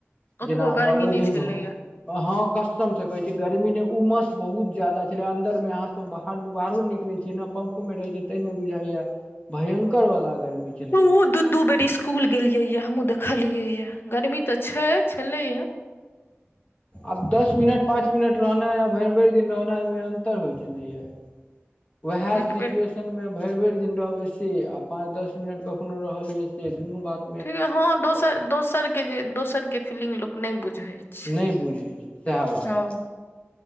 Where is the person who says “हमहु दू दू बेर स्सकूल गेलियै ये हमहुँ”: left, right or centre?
Left